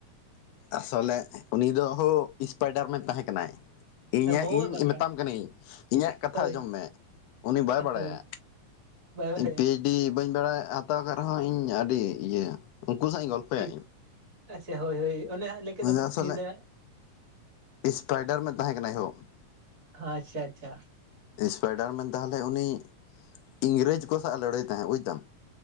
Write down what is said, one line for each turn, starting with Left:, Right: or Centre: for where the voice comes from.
Left: ᱟᱥᱚᱞᱮ ᱩᱱᱤ ᱫᱚ ᱦᱳ ᱥᱯᱟᱭᱰᱟᱨ ᱢᱮᱱ ᱛᱟᱦᱮᱸ ᱠᱟᱱᱟᱭ᱾ ᱤᱧᱟᱹᱜ
Right: ᱦᱳᱭ
Left: ᱤᱧ
Right: ᱵᱟᱠᱷᱟᱱ
Left: ᱢᱮᱛᱟᱢ ᱠᱟᱹᱱᱟᱹᱧ ᱤᱧᱟᱹᱜ ᱠᱟᱛᱷᱟ
Right: ᱦᱳᱭ
Left: ᱟᱸᱡᱚᱢ ᱢᱮ ᱩᱱᱤ ᱵᱟᱭ ᱵᱟᱲᱟᱭ-ᱟ᱾
Right: ᱦᱳᱭ ᱵᱟᱭ ᱵᱟᱲᱟᱭ-ᱟ᱾
Left: ᱤᱧ ᱯᱤᱭᱤᱪᱰᱤ ᱵᱟᱹᱧ ᱵᱟᱲᱟᱭ ᱦᱟᱛᱟᱣ ᱠᱟᱫ ᱨᱮᱦᱚᱸ ᱤᱧ ᱟᱹᱰᱤ ᱤᱭᱟᱹ ᱩᱱᱠᱩ ᱥᱟᱣ ᱤᱧ ᱜᱚᱞᱯᱷᱚᱭᱟ
Right: ᱴᱷᱤᱠ
Left: ᱤᱧ᱾
Right: ᱟᱪᱪᱷᱟ ᱦᱳᱭ, ᱦᱳᱭ ᱚᱱᱮ ᱦᱟᱸᱜ ᱞᱟᱹᱭ ᱠᱮᱫ
Left: ᱩᱱᱤ
Right: ᱫᱚᱢ
Left: ᱫᱚ ᱟᱥᱚᱞᱮ
Right: ᱧᱤᱫᱟᱹ᱾
Left: ᱥᱯᱟᱭᱰᱟᱨ ᱢᱮᱱ ᱛᱟᱦᱮᱸ ᱠᱟᱱᱟᱭ ᱦᱳ᱾
Right: ᱟᱪᱪᱷᱟ ᱟᱪᱪᱷᱟ
Left: ᱥᱯᱟᱭᱰᱟᱨ ᱢᱮᱱ ᱛᱟᱦᱞᱮ ᱩᱱᱤ ᱤᱝᱨᱮᱡᱽ ᱠᱚ ᱥᱟᱜ ᱮ ᱞᱟᱹᱲᱦᱟᱹᱭ ᱛᱟᱦᱮᱸᱫ ᱵᱩᱡᱽ ᱫᱟᱢ᱾